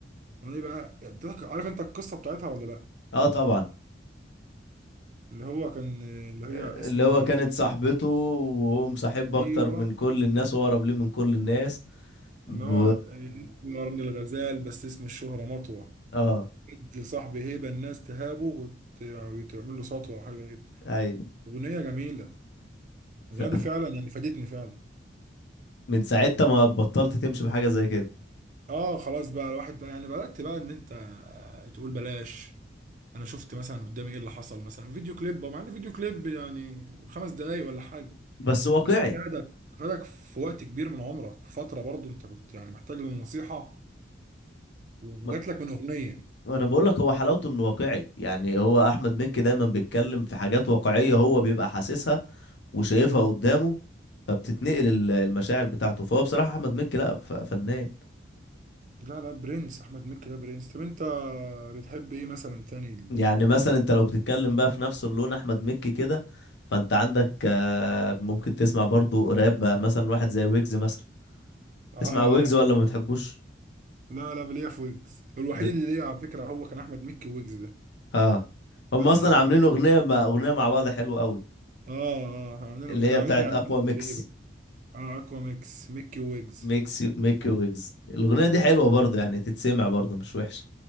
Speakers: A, on the right; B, on the left.
A: الاغنيه دي بقى ادتك عارف انت القصه بتاعتها ولا لا
B: اه طبعا
A: اللي هو كان اللي هي
B: اللي
A: اسمي
B: هو كانت صاحبته وهو مصاحب اكتر
A: ايوه
B: من كل الناس واقرب ليه من كل الناس ب...
A: اللي هو اسمي قرن الغزال بس اسم الشهرة مطوة
B: اه
A: جد صاحبي هيبة الناس تهابه وت- وتعمل له سطوة او حاجة كده
B: ايوه
A: اغنية جميلة الاغنية
B: ف... ف-
A: دي فعلا يعني فادتني فعلا
B: من ساعتها ما بطلت تمشي بحاجه زي كده
A: اه خلاص بقى الواحد بقى يعني بدأت بقى ان انت تقول بلاش انا شفت مثلا قدامي ايه اللي حصل مثلا فيديو كليب مع ان فيديو كليب يعني خمس دقايق ولا حاجة
B: بس واقعي
A: بس فادك فادك في وقت كبير من عمرك في فترة برضه انت كنت يعني محتاج للنصيحة وجات
B: ما...
A: لك من اغنيه
B: ما انا بقول لك هو حلاوته انه واقعي يعني هو احمد مكي دايما بيتكلم في حاجات واقعيه هو بيبقى حاسسها وشايفها قدامه فبتتنقل ال- المشاعر بتاعته فهو بصراحه احمد مكي لا ف... فنان
A: لا لا برنس احمد مكي ده برنس طب انت بتحب ايه مثلا تاني ال-
B: يعني مثلا انت لو بتتكلم بقى في نفس اللون احمد مكي كده فانت عندك آه، ممكن تسمع برضو راب بقى مثلا واحد زي ويجز مثلا
A: اه
B: تسمع ويجز
A: ويجز.
B: ولا ما بتحبوش
A: لا لا ليا في ويجز الوحيد
B: بت...
A: اللي ليا على فكره هو كان احمد مكي ويجز ده
B: اه هم
A: بس
B: اصلا
A: الأ-
B: عاملين اغنيه مع اغنيه مع بعض حلوه قوي
A: اه اه كانوا عاملين
B: اللي
A: أغنية-
B: هي
A: كانوا
B: بتاعت
A: عاملين اعلان
B: اقوى
A: تقريبا
B: ميكس
A: اه اكوا ميكس مكي ويجز
B: ميكس ميكي ويجز الاغنيه دي
A: مم.
B: حلوه برضو يعني تتسمع برضو مش وحشه